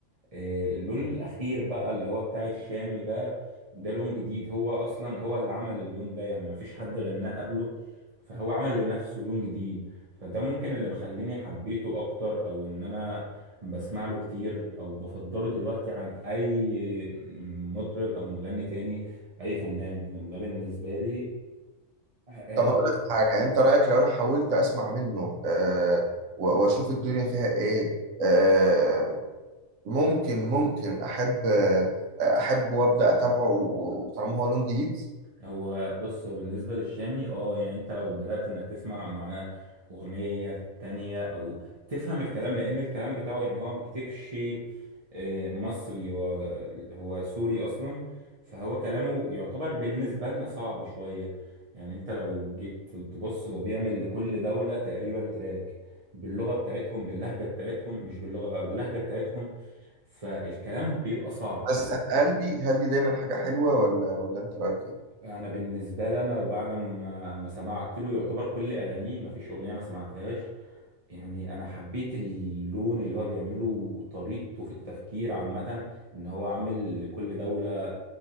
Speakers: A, on the right; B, on the right.
A: آه، اللون الاخير بقى اللي هو بتاع الشامي ده ده لون جديد هو اصلا هو اللي عمل اللون ده يعني مفيش حد غناه قبله فهو عمل لنفسه لون جديد فده ممكن اللي مخليني حبيته اكتر او ان انا بسمع له كتير او بفضله دلوقتي عن اي مطرب او مغني تاني اي فنان ده بالنسبة لي آه، آه،
B: طب هقول لك حاجة أنت رأيك لو أنا حاولت أسمع منه آه، و- وأشوف الدنيا فيها إيه آه، ممكن ممكن أحب آه، أحب وأبدأ أتابعه طالما هو لون جديد
A: هو بص هو بالنسبة للشامي اه يعني انت لو بدأت انك تسمع معاه اغنية في التانية او تفهم الكلام لان الكلام بتاعه يعني هو ما بيكتبش آه، مصري هو هو سوري اصلا فهو كلامه يعتبر بالنسبة لنا صعب شوية يعني انت لو جيت تبص هو بيعمل لكل دولة تقريبا تراك باللغة بتاعتهم باللهجة بتاعتهم مش باللغة بقى باللهجة بتاعتهم فالكلام بيبقى صعب
B: بس هل دي هل دي دايما حاجة حلوة ولا ولا انت رأيك ايه؟
A: انا بالنسبه لي انا وبعد ما ما سمعت له يعتبر كل اغانيه ما فيش اغنيه ما سمعتهاش يعني انا حبيت اللون اللي هو بيعمله وطريقته في التفكير عامه ان هو عامل كل دوله